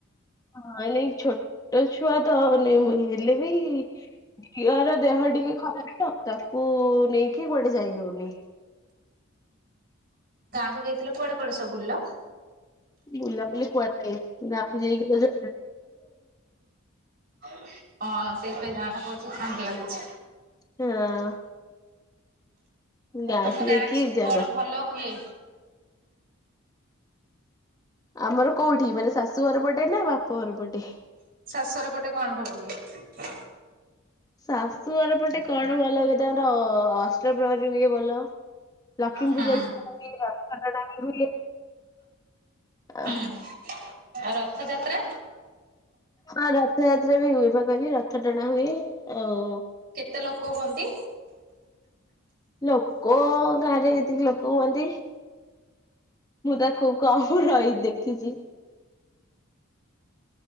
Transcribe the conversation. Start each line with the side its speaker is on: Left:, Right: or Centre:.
Left: ହଁ ନାଇଁ ଛୋଟ ଛୁଆତ ଆଉ ନାଇ ମୁଁ ନି ମୁଁ। ହେଲେ ବି ଝିଅର ଦେହ ଟିକେ ଖରାପ ତ ତାକୁ ନେଇକି କୁଆଡେ ଯାଇ ହଉନି।
Right: ମୁଁ ଯାଇଥିଲ କୁଆଡେ କଣ ସବୁ ବୁଲିଲ?
Left: ବୁଲା ବୁଲି କୁଆଡେ ଯାଇନି ଗାଁକୁ ଯାଇକି ରଜ
Right: ହଁ ସେଇପାଇଁ ଯାହାଠା ପଡୁଛି ଥଣ୍ଡା ଲାଗୁଛି।
Left: ହଁ। ଗାଁକୁ
Right: ତମ ଗାଁ
Left: ଯାଇକି
Right: ରେ ସବୁ
Left: ଜର
Right: କଣ ଭଲ ହୁଏ?
Left: ଆମର କୋଉଠି ମାନେ ଶାଶୁ ଘର ପଟେ ନା ବାପା ଘର ପଟେ?
Right: ଶସର ପଟେ କଣ ଭଲ ହୁଏ?
Left: ଶାଶୁଘର ପଟେ କଣ ଭଲ ହୁଏ? ତାର ଅଷ୍ଟ ପ୍ରହରୀ ହୁଏ ଭଲ। ଲକ୍ଷ୍ମୀ
Right: ହୁଁ
Left: ପୂଜା ବି ହୁଅ ରଥ ଟଣା ବି ହୁଏ। <unintelligible>
Right: ହୁଁ ଆଉ ରଥଯାତ୍ରା?
Left: ହଁ ରଥଯାତ୍ରା ବି ହୁଏ ବା କହିଲି ରଥ ଟଣା ହୁଏ ଆଉ
Right: କେତେ ଲୋକ ହୁଅନ୍ତି?
Left: ଲୋକ ଗାଁରେ ଯେତିକି ଲୋକ ହୁହନ୍ତି ମୁଁ ତା ଖୁବ କମ ରହି ଦେଖିଛି।